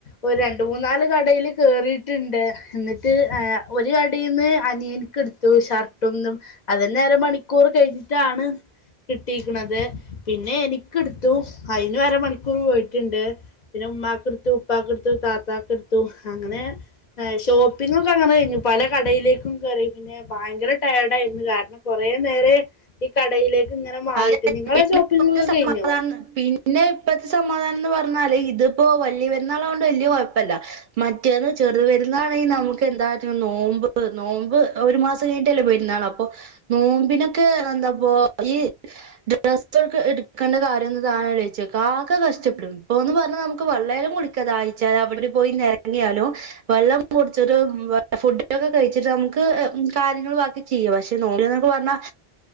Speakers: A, on the left; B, on the right.
A: ഒരു രണ്ട് മൂന്നാല് കടയിൽ കേറിയിട്ടുണ്ട് എന്നിട്ട് ഒരു കടയിന്ന് അനയൻക്ക്‌ എടുത്തു ഷർട്ടൊന്നും അതെന്നെ അര മണിക്കൂർ കഴിഞ്ഞിട്ടാണ് കിട്ടിയിരിക്കണത് പിന്നെ എനിക്കെടുത്തു അതിന് അരമണിക്കൂർ പോയിട്ടുണ്ട് പിന്നെ ഉമ്മാക്ക് എടുത്തു ഉപ്പാക്കെടുത്തു താത്താക്ക് എടുത്തു അങ്ങനെ ഷോപ്പിങ്ങൊക്കെ അങ്ങനെ കഴിഞ്ഞു പല കടയിലേക്കും കേറി പിന്നെ ഭയങ്കര ടയേർടായിരുന്നു കാരണം കുറേ നേരായി ഈ കടയിലേക്ക് ഇങ്ങനെ മാറിയിട്ട്
B: അതെ
A: നിങ്ങളെ
B: പിന്നെ
A: ഷോപ്പിംഗ്
B: <unintelligible>
A: ഒക്കെ
B: സമാധാന
A: കഴിഞ്ഞോ
B: പിന്നെ ഇപ്പ സമാദാനന്ന് പറ ഞ്ഞാൽ ഇതിപ്പോ വല്യ പെരു പെരുന്നാളായതുകൊണ്ട് വലിയ കുഴപ്പില്ല മറ്റേത് ചെറിയ പെരുന്നാളാണെങ്കിൽ നമുക്ക് എന്താവെച്ചാ നോമ്പ് നോമ്പ് ഒരു മാസം കഴിഞ്ഞട്ടല്ലേ പെരുന്നാള് അപ്പൊ നോമ്പിനൊക്കെ എന്താപ്പോ ഈ ഡ്രസൊക്കെ എടുക്കേണ്ട കാര്യന്ന് താൻ ആലോചിച്ച് നോക്ക് ആകെ കഷ്ടപ്പെടും ഇപ്പോന്ന് പറഞ്ഞാൽ നമുക്ക് വെള്ളെലും കുടിക്കാ ദാഹിച്ചാൽ അവിടെ പോയി നിരങ്ങിയാലും വെള്ളം കുടിച്ചിട്ട് ഫുഡൊക്കെ കഴിച്ചിട്ട് നമുക്ക് കാര്യങ്ങൾ ബാക്കി ചെയ്യാം പക്ഷെ നോമ്പിന്ന്നൊക്കെ പറഞ്ഞാൽ